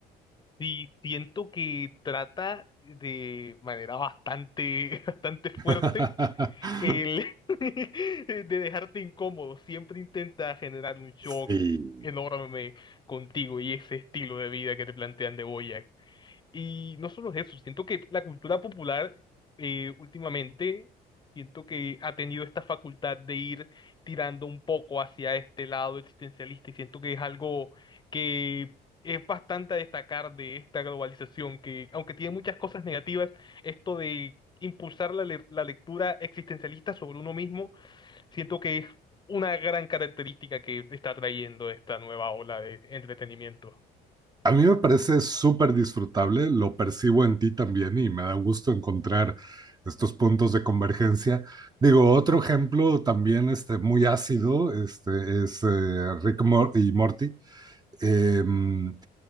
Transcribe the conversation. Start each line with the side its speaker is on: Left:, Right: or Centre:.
Left: Sí, siento que trata de manera bastante, <laughs> bastante fuerte
Right: <laughs>
Left: el <laughs> de dejarte incómodo, siempre intenta generar un shock
Right: Sí.
Left: enorme contigo y ese estilo de vida que te plantean de y no solo eso, siento que la cultura popular eh, últimamente, siento que ha tenido esta facultad de ir tirando un poco hacia este lado existencialista y siento que es algo que es bastante a destacar de esta globalización, que aunque tiene muchas cosas negativas, esto de impulsar la, le- la lectura existencialista sobre uno mismo, siento que es una gran característica que está trayendo esta nueva ola de entretenimiento.
Right: A mí me parece súper disfrutable, lo percibo en ti también y me da gusto encontrar estos puntos de convergencia. Digo, otro ejemplo también este, muy ácido este, es eh, Rick Mor- y Morty. Em,